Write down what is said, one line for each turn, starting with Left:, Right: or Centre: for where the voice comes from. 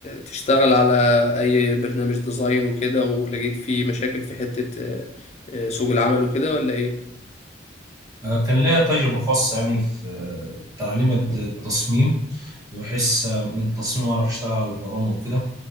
Left: تشتغل على اي برنامج ديزاين وكده ولقيت فيه مشاكل في حتة آه، آه، سوق العمل وكده ولا ايه؟
Right: آه، كان ليا تجربة خاصة يعني في آه، تعليم الد- التصميم بحس آه، من التصميم أعرف أشتغل على البرامج وكده